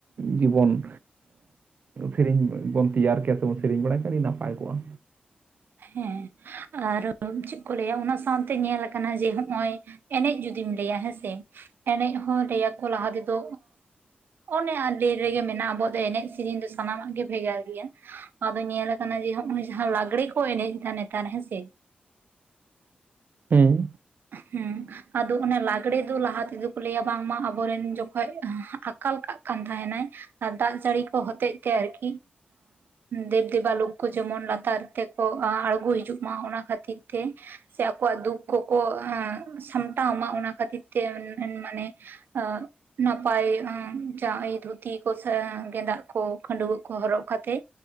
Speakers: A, on the right (about 55°); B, on the right (about 85°).
A: ᱡᱤᱵᱚᱱᱼᱼ ᱥᱮᱨᱮᱧ ᱵᱚᱱ ᱛᱮᱭᱟᱨ ᱠᱮᱭᱟ ᱥᱮᱵᱚᱱ ᱥᱮᱨᱮᱹᱧ ᱵᱟᱲᱟᱭ ᱠᱮᱭᱟ ᱟᱹᱰᱤ ᱱᱟᱯᱟᱭ ᱠᱚᱜᱼᱟ᱾
B: ᱦᱮᱸ ᱟᱨ ᱪᱮᱫ ᱠᱚ ᱞᱟᱹᱭᱟ ᱚᱱᱟ ᱥᱟᱶ ᱛᱮ ᱧᱮᱞ ᱟᱠᱟᱱᱟ ᱡᱮ ᱱᱚᱜᱼᱚᱭ ᱮᱱᱮᱡ ᱡᱩᱫᱤᱢ ᱞᱟᱹᱭᱟ ᱦᱮᱸᱥᱮ ᱮᱱᱮᱡ ᱦᱚᱸ ᱞᱟᱹᱭᱟᱠᱚ ᱞᱟᱦᱟ ᱛᱮᱫᱚᱼᱼ ᱚᱱᱮ ᱟᱨ ᱰᱮᱨ ᱨᱮᱜᱮ ᱢᱮᱱᱟᱜᱼᱟ ᱟᱵᱚᱣᱟᱜ ᱫᱚ ᱮᱱᱮᱡ ᱥᱮᱨᱮᱧ ᱫᱚ ᱥᱟᱱᱟᱢᱟᱜ ᱜᱮ ᱵᱷᱮᱜᱟᱨ ᱜᱮᱭᱟ ᱟᱫᱚ ᱧᱮᱞ ᱟᱠᱟᱱᱟ ᱡᱮ ᱦᱚᱜᱼᱚᱭ ᱡᱟᱦᱟᱸ ᱞᱟᱜᱽᱲᱮ ᱠᱚ ᱮᱱᱮᱡ ᱮᱫᱟ ᱱᱮᱛᱟᱨ ᱦᱮᱸᱥᱮ
A: ᱦᱮᱸ
B: ᱦᱮᱸ ᱟᱫᱚ ᱚᱱᱮ ᱞᱟᱜᱽᱲᱮ ᱫᱚ ᱞᱟᱦᱟ ᱛᱮᱫᱚ ᱠᱚ ᱞᱟᱹᱭᱟ ᱵᱟᱝᱢᱟ ᱟᱵᱚᱨᱮᱱ ᱡᱚᱠᱷᱚᱡ ᱟᱠᱟᱞ ᱠᱟᱜ ᱠᱟᱱ ᱛᱟᱦᱮᱸ ᱱᱟᱭ ᱟᱨ ᱫᱟᱜ ᱡᱟᱹᱲᱤ ᱠᱚ ᱦᱚᱛᱮᱡ ᱛᱮ ᱟᱨᱠᱤ? ᱫᱮᱵᱽ ᱫᱮᱵᱟ ᱞᱳᱠ ᱠᱚ ᱡᱮᱢᱚᱱ ᱞᱟᱛᱟᱨ ᱛᱮᱠᱚ ᱟᱬᱜᱚ ᱦᱤᱡᱩᱜ ᱢᱟ ᱚᱱᱟ ᱠᱷᱟᱹᱛᱤᱨ ᱛᱮ᱾ ᱥᱮ ᱟᱠᱚᱣᱟᱜ ᱫᱩᱠ ᱠᱚᱠᱚ ᱥᱟᱢᱴᱟᱣ ᱢᱟ ᱚᱱᱟ ᱠᱷᱟᱹᱛᱤᱨ ᱛᱮ ᱢᱟᱱᱮ ᱟ ᱱᱟᱯᱟᱭ ᱡᱟᱦᱟᱸ ᱫᱷᱩᱛᱤ ᱠᱚ ᱥᱮ ᱜᱮᱸᱫᱟᱜ ᱠᱚ ᱠᱷᱟᱹᱰᱩᱣᱟᱹᱜ ᱠᱚ ᱦᱚᱨᱚᱜ ᱠᱟᱛᱮ᱾